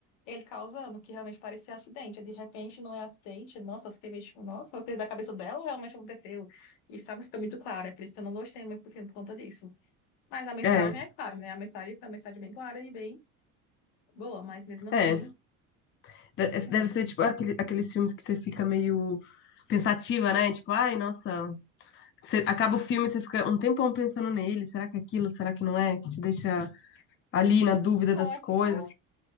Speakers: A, on the left; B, on the left.
A: ele causando, que realmente parecia acidente. Aí, De repente não é acidente. Nossa, eu fiquei meio tipo, nossa, foi coisa da cabeça dela ou realmente aconteceu? Isso, sabe, fica muito claro. É por isso que eu não gostei muito do filme por conta disso. Mas a mensagem
B: É,
A: é clara, né? A mensagem é uma mensagem é bem clara e bem boa, mas mesmo assim,
B: é. De-
A: não
B: Deve
A: é.
B: ser tipo aquele- aqueles filmes que você fica meio pensativa, né? Tipo, ai, nossa, você acaba o filme e você fica um tempão pensando nele, será que é aquilo, será que não é? Que te deixa ali na dúvida
A: Não,
B: das
A: é
B: coisas.
A: tipo,